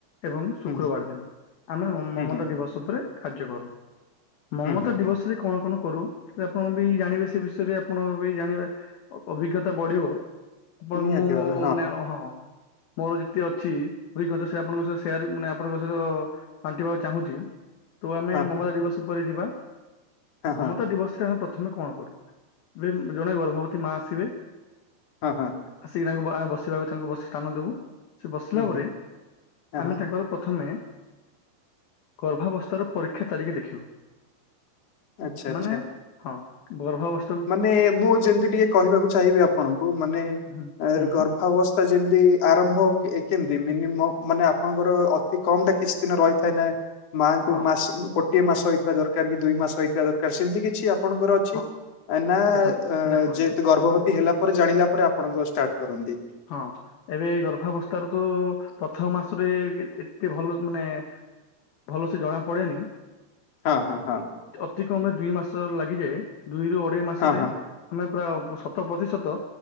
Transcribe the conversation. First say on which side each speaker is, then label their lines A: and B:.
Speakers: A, on the left; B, on the left.
A: ଏବଂ ଶୁକ୍ରବାର
B: ହୁଁ ହୁଁ
A: ଦିନ ଆମେ ମମତା
B: ହୁଁ ହୁଁ
A: ଦିବସ ଉପରେ କାର୍ଯ୍ୟ କରୁ। ମମତା
B: ହୁଁ ହୁଁ ହୁଁ।
A: ଦିବସରେ କଣ କଣ କରୁ ଆପଣ ବି ଜାଣିବେ ସେ ବିଷୟରେ ଆପଣ ବି ଜାଣିବେ ଅଭିଜ୍ଞତା ବଢିବ ଆପଣ
B: ନିହାତି
A: ମୁଁ ମୋ
B: ଭାବେ
A: ମାନେ ହଁ ମୋର ଯେତେ ଅଛି ଅଭିଜ୍ଞତା ସେ ଆପଣଙ୍କ ସହିତ ସେୟାର ମାନେ ଆପଣଙ୍କ ସହିତ ବାଣ୍ଟିବାକୁ ଚାହୁଁଛି। ତ ଆମେ
B: ହଁ
A: ମମତା ଦିବସ ଉପରେ ଯିବା
B: ହଁ ହଁ
A: ମମତା ଦିବସରେ ଆମେ ପ୍ରଥମେ କଣ କରୁ ଏ ଜଣେ ଗର୍ଭବତୀ ମା ଆସିବେ
B: ହଁ ହଁ।
A: ଆସିକି ତାଙ୍କୁ ବୋ ବସିବାକୁ ତାଙ୍କୁ ସ୍ଥାନ ଦବୁ ସେ ବସିଲା
B: ହୁଁ ହୁଁ
A: ପରେ
B: ହଁ
A: ଆମେ
B: ହଁ
A: ତାଙ୍କର ପ୍ରଥମେ ଗର୍ଭାବସ୍ଥାର ପରୀକ୍ଷା ତାରିଖ୍ ଦେଖିବୁ
B: ଆଚ୍ଛା ଆଚ୍ଛା
A: ମାନେ ହଁ ଗର୍ଭାବସ୍ଥ
B: ମାନେ ମୁଁ ଯେମିତି ଟିକେ କହିବାକୁ ଚାହିଁବି ଆପଣଙ୍କୁ ମାନେ
A: ହୁଁ ହୁଁ
B: ଗର୍ଭାବସ୍ଥା ଯେମିତି ଆରମ୍ଭ କେମତି ମିନିମମ୍ ମାନେ ଆପଣଙ୍କର ଅତି କମ ଟା କିଛି ଦିନ ରହିଥାଏ ନାଁ। ମାଙ୍କୁ
A: ହଁ
B: ମାସ ଗୋଟିଏ ମାସ ହେଇଥିବା ଦରକାର କି ଦୁଇ ମାସ ହେଇଥିବା ଦରକାର ସେମିତି କିଛି ଆପଣଙ୍କର ଅଛ?
A: ହଁ
B: ନା
A: ଦେଖନ୍ତୁ ଦେଖନ୍ତୁ
B: ଯେହେତୁ ଗର୍ଭବତୀ ହେଲା ପରେ ଜାଣିଲା ପରେ ଆପଣଙ୍କ ଷ୍ଟାର୍ଟ କରନ୍ତି।
A: ହଁ ଏବେ ଗର୍ଭାବସ୍ଥାରୁ ତୋ ପ୍ରଥମ ମାସରେ ଏତେ ଭଲ ମାନେ ଭଲ ସେ ଜଣା ପଡେନି
B: ହଁ ହଁ ହଁ।
A: ଅତି କମେ ଦୁଇ ମାସ ଲାଗିଯାଏ ଦୁଇରୁ ଅଢେଇ ମାସରେ
B: ହଁ ହଁ
A: ଆମେ ପ୍ରୁରା ଶତ ପ୍ରତିଶତ